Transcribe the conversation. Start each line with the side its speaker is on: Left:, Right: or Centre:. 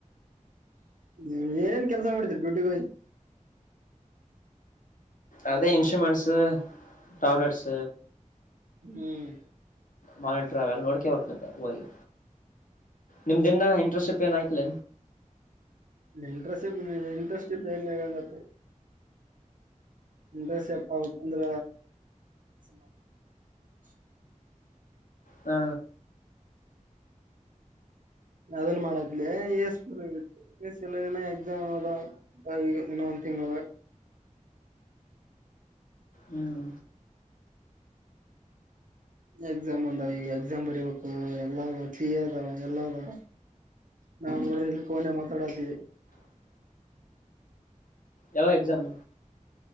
Right: ಹ್ಮ -ಏನೇನ್ ಕೆಲ್ಸ ಮಾಡ್ತೀರಿ ಡುಟೀಗೆ ಹೋಗಿ
Left: ಅೇ ಇನ್ಸ್ಟ್ರರುಮೆಂಟ್ಸ ಟ್ಯಾಬ್ಲೆಟ್ಸ
Right: ಹ್ಮ್
Left: ಮಾನಿಟ್ರ ಅವೆಲ್ಲ ನೋಡ್ಕೇ ಹೋಗಕ್ ಮತ್ತೆ ಹೋಗಿ ನಿಮ್ದೆನ್ನ ಇಂಟ್ರಶಿಪ್ ಏನ್ ಆಯಕ್ಲ.
Right: ಇಂಟ್ರೆಸ್ಟ್ ಇಂಟ್ರೆಸ್ಟ್ <unintelligible> ದಸಪ್ಪಾ ಪಂದ್ರ ಮ <unintelligible>
Left: ಹ್ಮ
Right: ಯಾವದನ್ ಮಾಡದ್ಲ ಯಸ್ಪ ಎ- ಎಲ್ಲ ದಿನ ಎಕ್ಸಾಮ್ ಅದ ಈಗ ಇನ್ನ ಒಂದ್ ತಿಂಗಳದಾಗ
Left: ಹ್ಮ್
Right: ಎಕ್ಸಾಮ್ ಅಂದಾವ ಈಗ ಎಕ್ಸಾಮ್ ಬರಿಬೇಕು ಎಲ್ಲ ಅದಾವ ಎಲ್ಲ ಅದಾವ ನಾವು ನೋಡ್ರ ಇಲ್ಲಿ ಕೋನ ಮಾತಾಡಾತೀವಿ.
Left: ಯಾವ ಎಕ್ಸಾಮ್.